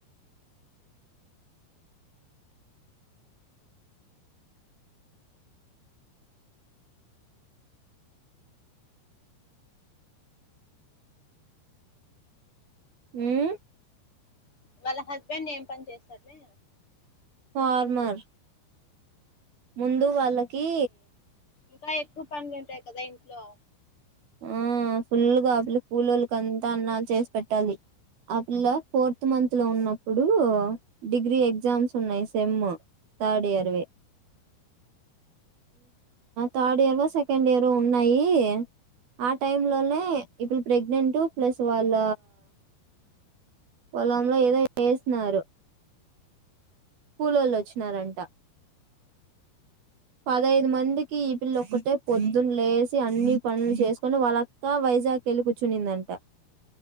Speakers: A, on the right; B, on the left.
A: హుమ్
B: వాళ్ళ హస్బెండ్ ఏం పని చేస్తడ్ మే
A: ఫార్మర్ ముందు వాళ్ళకి
B: ఇంకా ఎక్కువ పనులు ఉంటాయి కదా ఇంట్లో
A: ఆ ఫుల్గాగా ఆకలి కూలోళ్ళకి అంతా అన్నాలు చేసి పెట్టాలి. ఆ పిల్ల ఫోర్త్ మంత్ లో ఉన్నప్పుడు డిగ్రీ ఎగ్జామ్స్ ఉన్నాయి. సెమ్ థర్డ్ ఇయర్వి, థర్డ్ ఇయర్ లో సెకండ్ ఇయర్ ఉన్నాయి. ఆ టైం లోనే ఇప్పుడు ప్రెగ్నెంట్ ప్లస్ వాళ్ళ పోలంలో ఏదో వేస్నరు. కులోళ్ళొచ్చినారంట పదహైదు మందికి పిల్ల ఒక్కతే పొద్దున్న లేసి అన్ని పనులు చేసుకొని వాళ్ళంతా వైజాగ్ వెళ్ళి కూర్చునిందంట.